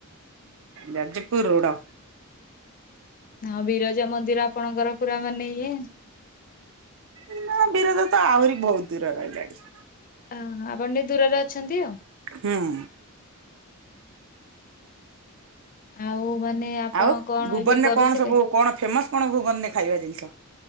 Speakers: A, on the right; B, on the left.
A: ଯାଜପୁର ରୋଡ।
B: ହଁ ବିରଜା ମନ୍ଦିର ଆପଣଙ୍କର ପୁରା ମାନେ ଇଏ।
A: ନା ବିରଜା ତ ଆହୁରି ବହୁତ୍ ଦୂର ରହିଲାଣି।
B: ଓ ଆପଣ ଟିକେ ଦୂରରେ ଅଛନ୍ତି ଆଉ।
A: ହୁଁ ଉଁ।
B: ଆଉ ମାନେ। ଆପଣ
A: ଆଉ
B: କଣ
A: ଭୁବନ୍
B: ଏବେ
A: ରେ
B: କରୁଥିଲେ?
A: କଣ ସବୁ କଣ ଫେମସ୍ କଣ ଭୁବନ୍ ରେ ଖାଇବା ଜିନିଷ